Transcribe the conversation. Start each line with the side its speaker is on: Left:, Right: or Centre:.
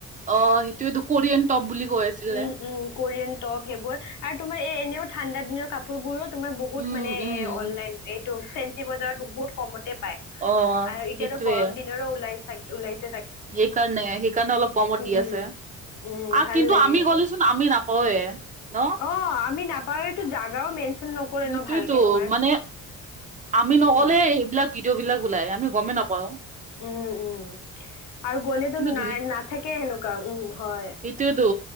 Right: অ সেইটোৱেটো কৰিয়ান টপ বুলি কৈ আছিলে
Left: উম উম কৰিয়ান টপ সেইবোৰ আৰু তোমাৰ এ এনেও ঠাণ্ডা দিনৰ কাপ পোৰবোৰো তোমাৰ বহুত
Right: উম
Left: মানে
Right: উম
Left: এ অনলাইন এইটো ফেঞ্চি বজাৰত বহুত কমতে পায়।
Right: অ
Left: আৰু এতিয়াতো
Right: সেইটোয়ে
Left: গৰম দিনৰো ওলাই চা ওলাইছ
Right: এইকাৰণে সেইকাৰণে অলপ কমত দি
Left: উম
Right: আছে আ
Left: উম ভাল
Right: কিন্তু
Left: লাগে
Right: আ মি
Left: সেইটো
Right: গ'লোচোন আমি নাপাওঁৱে ন?
Left: অ, আমি নাপাওঁ এইটো জাগাও মেনচন নকৰে
Right: সেইটোয়েতো
Left: ন ভালকে তোমাৰ।
Right: মানে আমি নগলে
Left: উম
Right: সেইবিলাক ভিডিঅ'বিলাক ওলাই, আমি গমেই নাপাওঁ।
Left: উম উম আৰু গ'লেতো
Right: কিন্তু
Left: নাই নাথাকে সেনেকুৱা, উম হয়।
Right: সিটোয়েতো,